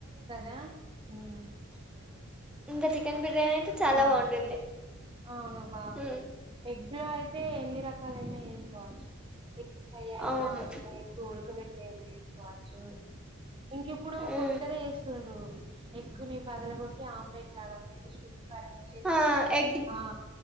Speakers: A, on the right; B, in the centre.
A: కదా ఉమ్
B: ఇంకా చికెన్ బిర్యానీ అయితే చాలా
A: ఆ
B: బాగుంటుంది
A: అవును బాగుంటేది
B: ఉమ్
A: ఎగ్ లో అయితే ఎన్ని రకాలయినా చేస్ కోవచ్చు ఎగ్ ఫ్రై అయినా
B: అవును
A: ఇంకా ఎగ్ ఉడకబెట్టి అయినా వేసుకోవచ్చు ఇంకిప్పుడు కొత్తగా
B: ఉమ్
A: చేస్తుండ్రు ఎగ్గుని పెగలగొట్టి ఆమ్లెట్ లాగా అంటే జస్ట్ కారం వేసేసి
B: ఆ ఎగ్
A: ఆ